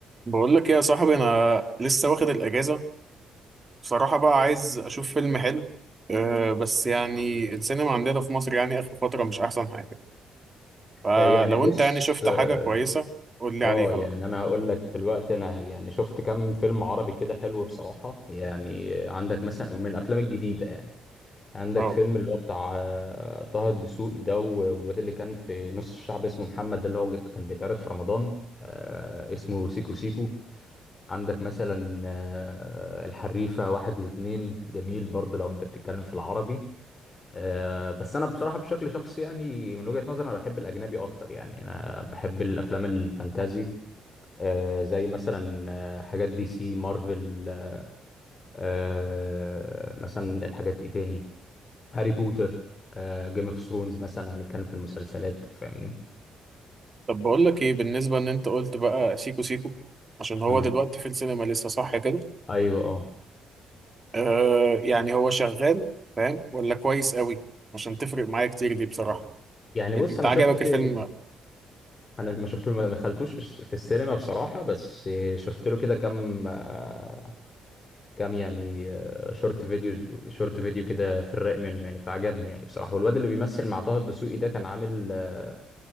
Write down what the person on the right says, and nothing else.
بقول لك ايه يا صاحبي انا لسه واخد الاجازه بصراحه بقى عايز اشوف فيلم حلو أه بس يعني السينما عندنا في مصر يعني اخر فتره مش احسن حاجه فلو
انت يعني شفت
حاجه كويسه قول لي
عليها
بقى
اه
طب بقول لك ايه بالنسبه ان انت قلت بقى سيكو سيكو عشان هو
دلوقتي في السينما لسه صح كده
أه يعني هو شغال فاهم ولا كويس قوي عشان تفرق معايا كتير دي بصراحه
يعني
انت
عجبك
الفيلم